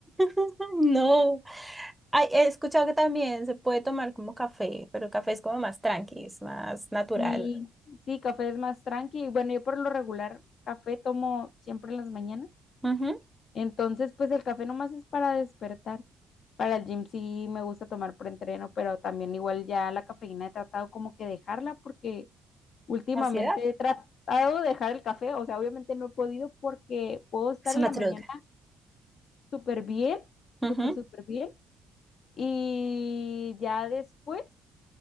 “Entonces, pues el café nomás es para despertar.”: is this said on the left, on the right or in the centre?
Left